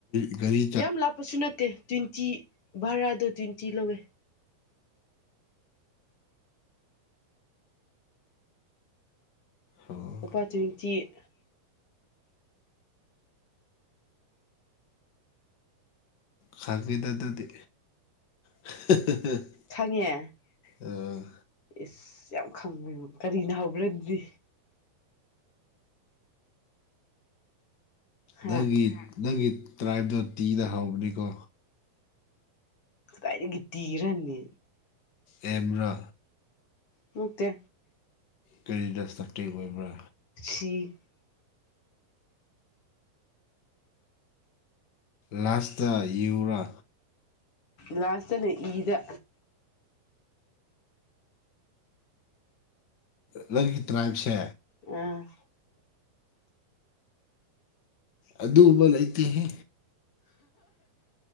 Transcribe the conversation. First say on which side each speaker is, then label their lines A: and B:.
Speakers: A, on the left (about 85°); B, on the left (about 40°).
A: <unintelligible>
B: ꯌꯥꯝ ꯂꯥꯞꯄꯁꯨ ꯅꯠꯇꯦ ꯇ꯭ꯋꯣꯟꯇꯤ ꯚꯔꯥꯗꯣ ꯇ꯭ꯋꯣꯟꯇꯤ ꯂꯧꯋꯦ
A: ꯑꯣ
B: ꯂꯨꯄꯥ ꯇꯨꯏꯟꯇꯤ
A: ꯈꯪꯉꯤꯗ ꯑꯗꯨꯗꯤ <unintelligible>
B: ꯈꯪꯉꯦ
A: ꯎꯝ
B: ꯏꯁ ꯌꯥꯝ ꯈꯪꯕꯩ ꯃꯑꯣꯡ ꯀꯔꯤꯅꯥ ꯍꯧꯕ꯭ꯔꯗꯤ ꯍꯥ
A: ꯅꯪꯒꯤ ꯅꯪꯒꯤ ꯇ꯭ꯔꯥꯏꯞꯇꯣ ꯇꯤꯅ ꯍꯥꯎꯕꯅꯤꯀꯣ
B: ꯀꯥꯗꯥꯏꯗꯒꯤ ꯇꯤꯔꯅꯦ?
A: ꯑꯦꯝꯔꯥ
B: ꯅꯠꯇꯦ
A: ꯀꯔꯤꯗ ꯁꯕꯖꯦꯛ ꯑꯣꯏꯕ꯭ꯔꯥ
B: ꯁꯤ
A: ꯂꯥꯁꯇꯥ ꯌꯨꯔꯥ?
B: ꯂꯥꯁꯇꯅ ꯏꯗ
A: ꯅꯪꯒꯤ ꯇ꯭ꯔꯥꯏꯞꯁꯦ
B: ꯑ
A: ꯑꯗꯨꯒꯨꯝꯕ ꯂꯩꯇꯦꯍꯦ